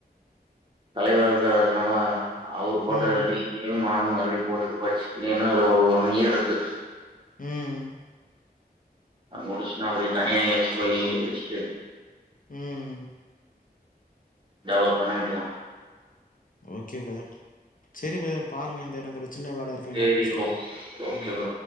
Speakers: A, on the right (about 30°); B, on the left (about 55°).
A: தலைவராருக்கார் அதனால அவரு ஃபோட்டோ
B: ம்
A: ரெடி மானும் மருப்டி போட்டுட்டு படிச்சுட் ஏனா அதுல ஒரு ஒன் இயர் இருக்கு
B: ம்
A: அங்க முடிஷ்ட்னா அப்டியே தனியா எங்கயாச்சு போய் வெச்ட்டு
B: ம்
A: டெவலப் பண்ண வேண்டிதா
B: ஓக்கே பிரதர் சேரி ப்ரதர் பாருங்க இந்த எனக்கு ஒரு சின்ன வேல இருக்கு
A: சரி
B: நா முடிஷ்ட்டு
A: ப்ரோ
B: வரே
A: ஓகே ப்ரோ